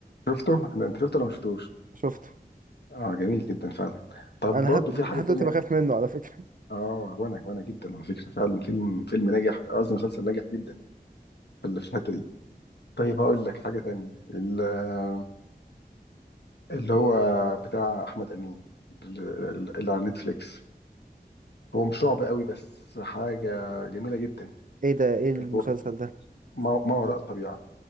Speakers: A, on the left; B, on the right.
A: شفته انت شفته ولا ما شفتوش
B: شفته
A: اه جميل جدا فعلا طب
B: انا
A: برضو
B: لحد لحد
A: في حاجه تانية
B: دلوقتي بخاف منه على فكرة
A: اه وانا وانا جدا على فكره فعلا فيلم فيلم ناجح قصدي مسلسل ناجح جدا في ال- في الحته دي طيب هقول لك حاجه تانية ال- اللي هو بتاع احمد امين ال- ال- اللي على نتفليكس هو مش رعب قوي بس حاجه جميله جدا
B: ايه ده ايه المسلسل
A: اللي هو
B: ده
A: ما ما وراء الطبيعه